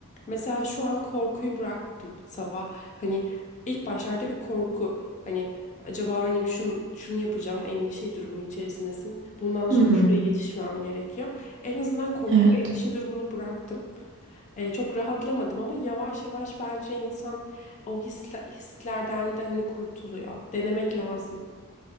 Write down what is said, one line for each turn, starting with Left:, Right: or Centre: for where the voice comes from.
Left: Mesela şu an korkuyu bıraktım sabah. Hani ilk başlarda bir korku. Hani acaba hani şunu, şunu yapacağım endişe durumu içerisindesin. Bundan sonra
Right: Hı hı.
Left: şuraya yetişmem gerekiyor. En azından korku
Right: Evet.
Left: ve endişe durumunu bıraktım. Ee, çok rahatlamadım ama yavaş yavaş bence insan o hisle- hislerden de hani kurtuluyor. Denemek lazım.